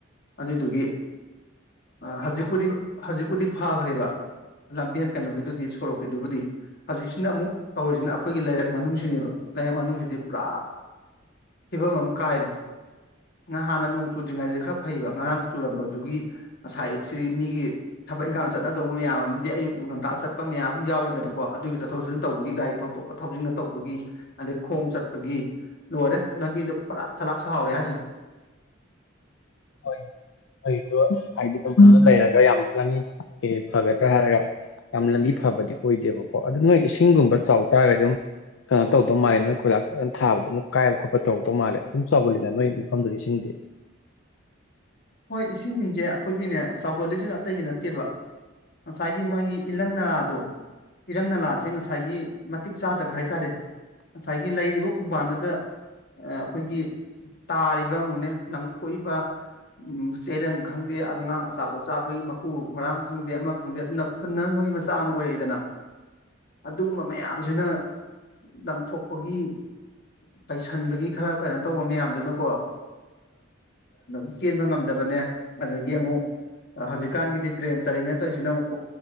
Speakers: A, on the left; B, on the left.
A: ꯑꯗꯨꯗꯨꯒꯤ ꯍꯧꯖꯤꯛꯄꯨꯗꯤ ꯍꯧꯖꯤꯛꯄꯨꯗꯤ ꯐꯈ꯭ꯔꯦꯕ ꯂꯝꯕꯦꯟ ꯀꯩꯅꯣꯒꯤꯗꯨꯗꯤ ꯁꯣꯔꯣꯛꯀꯤꯗꯨꯕꯨꯗꯤ ꯍꯧꯖꯤꯛꯁꯤꯅ ꯑꯃꯨꯛ ꯇꯧꯔꯤꯁꯤꯅ ꯑꯩꯈꯣꯏꯒꯤ ꯂꯩꯔꯛ ꯃꯅꯨꯡꯁꯤꯅꯦꯕ ꯂꯥꯔꯛ ꯃꯅꯨꯡꯁꯤꯗꯤ ꯄꯨꯔꯥ ꯐꯤꯕꯝ ꯑꯃ ꯀꯥꯏꯔꯦ ꯉꯍꯥꯟꯅ ꯅꯣꯡ ꯆꯨꯗ꯭ꯔꯤꯉꯩꯗꯤ ꯈꯔ ꯐꯩꯕ ꯉꯔꯥꯡ ꯆꯨꯔꯝꯕꯗꯨꯒꯤ ꯉꯁꯥꯏ ꯑꯌꯨꯛꯁꯤ ꯃꯤꯒꯤ ꯊꯕꯛ ꯊꯕꯛ ꯏꯪꯈꯥꯡ ꯆꯠꯅꯗꯧꯕ ꯃꯌꯥꯝ ꯑꯃꯗꯤ ꯑꯌꯨꯛ ꯉꯟꯇꯥ ꯆꯠꯄ ꯃꯌꯥꯝ ꯑꯃ ꯌꯥꯎꯔꯤꯗꯅꯀꯣ ꯑꯗꯨꯒꯤ ꯆꯠꯊꯣꯛ ꯆꯠꯁꯤꯟ ꯇꯧꯕꯒꯤ ꯒꯥꯔꯤ ꯊꯣꯛꯇꯣꯛꯀ ꯊꯧꯖꯤꯟꯒ ꯇꯧꯕꯒꯤ ꯑꯗꯩ ꯈꯣꯡ ꯆꯠꯄꯒꯤ ꯂꯣꯏꯔꯦ ꯂꯝꯕꯤꯗꯣ ꯄꯨꯔꯥ ꯁꯂꯥꯛ ꯁꯍꯧꯔꯦ ꯍꯥꯏꯁꯤꯅꯦ <inaudible>
B: ꯍꯣꯏ ꯑꯩꯗꯣ ꯍꯥꯏꯗꯤ ꯅꯗ ꯂꯩꯔꯒ ꯌꯥꯝ ꯂꯝꯕꯤ ꯀꯩ ꯀꯩ ꯐꯒꯗ꯭ꯔꯥ ꯍꯥꯏꯔꯒ ꯌꯥꯝ ꯂꯝꯕꯤ ꯐꯕꯗꯤ ꯑꯣꯏꯗꯦꯕꯀꯣ ꯑꯗꯣ ꯅꯣꯏ ꯏꯁꯤꯡꯒꯨꯝꯕ ꯆꯥꯎꯇꯥꯥꯔꯒꯗꯤ ꯑꯗꯨꯝ ꯀꯩꯅꯣ ꯇꯧꯗꯧ ꯃꯥꯜꯂꯦ ꯅꯣꯏ ꯀꯣꯏꯂꯥꯁ ꯐꯖꯅ ꯊꯥꯕꯗꯣ ꯑꯃꯨꯛ ꯀꯥꯏꯕ ꯈꯣꯠꯄ ꯇꯧꯗꯧ ꯃꯥꯜꯂꯦ ꯑꯗꯨꯝ ꯆꯥꯎꯒꯜꯂꯤꯗꯅ ꯅꯣꯏ ꯃꯐꯝꯗꯨ ꯏꯁꯤꯡꯗꯤ
A: <inaudible> ꯍꯣꯏ ꯏꯁꯤꯡꯁꯤꯡꯁꯦ ꯑꯩꯈꯣꯏꯒꯤꯅꯦ ꯆꯥꯎꯒꯜꯂꯤꯁꯤꯅ ꯑꯇꯩꯒꯤ ꯅꯠꯇꯦꯕ ꯉꯁꯥꯏꯒꯤ ꯃꯥꯒꯤ ꯏꯂꯝ ꯅꯂꯥꯗꯣ ꯏꯔꯝ ꯅꯂꯥꯥꯁꯦ ꯉꯁꯥꯏꯒꯤ ꯃꯇꯤꯛ ꯆꯥꯗꯕ ꯍꯥꯏꯇꯥꯔꯦ ꯉꯁꯥꯏꯒꯤ ꯂꯩꯔꯤꯕ ꯈꯣꯡꯕꯥꯟꯗꯨꯗ ꯑꯩꯈꯣꯏꯒꯤ ꯇꯥꯔꯤꯕꯉꯨꯅꯦ ꯂꯪꯊꯣꯛꯏꯕ ꯎꯝ ꯆꯦꯔꯪ ꯈꯪꯗꯦ ꯑꯉꯥꯡ ꯑꯆꯥꯄꯣꯠ ꯆꯥꯕꯒꯤ ꯃꯛ ꯀꯨ ꯃꯔꯥꯡ ꯈꯪꯗꯦ ꯑꯃ ꯈꯪꯗꯦ ꯑꯗꯨꯅ ꯐꯨꯟꯅꯕꯒꯤ ꯃꯆꯥꯛ ꯑꯃ ꯑꯣꯏꯔꯛꯏꯗꯅ ꯑꯗꯨꯒꯨꯝꯕ ꯃꯌꯥꯝꯁꯤꯅ ꯂꯪꯊꯣꯛꯄꯒꯤ ꯄꯩꯁꯟꯕꯒꯤ ꯈꯔ ꯀꯩꯅꯣ ꯇꯧꯕ ꯃꯌꯥꯝꯗꯨꯅꯀꯣ ꯆꯦꯟꯕ ꯉꯝꯗꯕꯅꯦ ꯑꯗꯒꯤ ꯑꯃꯨꯛ ꯍꯧꯖꯤꯛꯀꯥꯟꯒꯤꯗꯤ ꯗ꯭ꯔꯦꯟ ꯆꯜꯂꯤꯅꯦ ꯇꯧꯔꯤꯁꯤꯅ ꯑꯃꯨꯛ